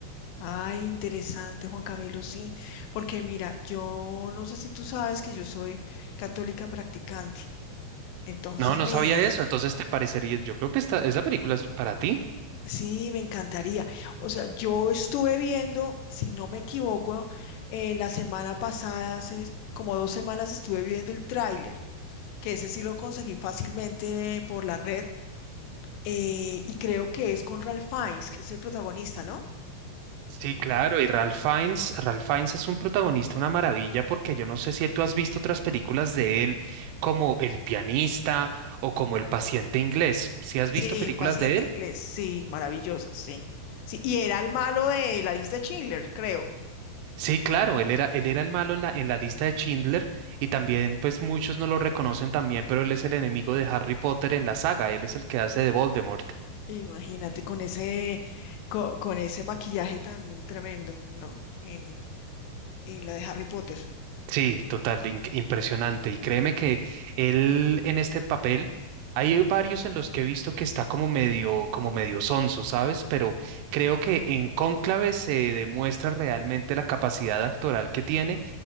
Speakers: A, on the left; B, on the right.
A: Ay, interesante, Juan Camilo, sí, porque mira, yo no sé si tú sabes que yo soy católica practicante, entonces
B: No, no
A: me,
B: sabía eso. Entonces te parecería, yo creo que esta, esa película es para ti.
A: sí, me encantaría. O sea, yo estuve viendo, si no me equivoco, eh, la semana pasada, hace como dos semanas estuve viendo el tráiler, que ese sí lo conseguí fácilmente por la red, eh, y creo que es con Ralph Fiennes, que es el protagonista, ¿no?
B: Sí, claro. Y Ralph Fiennes, Ralph Fiennes es un protagonista, una maravilla, porque yo no sé si tú has visto otras películas de él, como El pianista o como El paciente inglés. ¿Sí has visto
A: Sí,
B: películas
A: paciente
B: de él?
A: inglés, sí, maravillosa, sí. Sí, y era el malo de la lista de Schindler, creo.
B: Sí, claro, él era, él era el malo en la, en la lista de Schindler y también, pues muchos no lo reconocen también, pero él es el enemigo de Harry Potter en la saga, él es el que hace de Voldemort.
A: Imagínate con ese, co- con, ese maquillaje tan tremendo, ¿no? En, en la de Harry Potter,
B: Sí, total, in- impresionante. Y créeme que él en este papel, hay varios en los que he visto que está como medio, como medio sonso, ¿sabes? Pero creo que en Cónclave se demuestra realmente la capacidad actoral que tiene